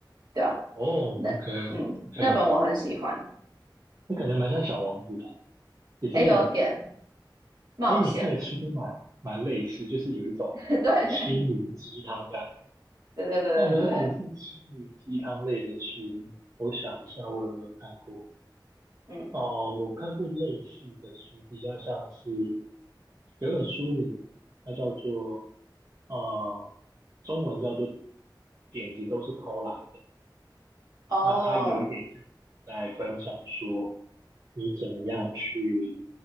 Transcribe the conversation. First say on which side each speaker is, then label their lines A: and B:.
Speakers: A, on the right; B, on the right.
A: 对吧、
B: 哦，OK
A: 那那本我很喜欢，
B: OK，那感觉蛮像《小王子》的，也是一种。
A: 也有点。冒险，
B: 哎，你看的书都蛮蛮类似，就是有一种心灵鸡汤感。
A: <laughs> 对对对对对对，
B: 但如果是心灵鸡汤类的书，我想一下，我有没有看过？
A: 嗯，
B: 哦、我看过类似的书，比较像是有一本书名，它叫做呃，中文叫做“点子都是偷来的”。
A: 哦，
B: 那他有一点像在分享说，你怎么样去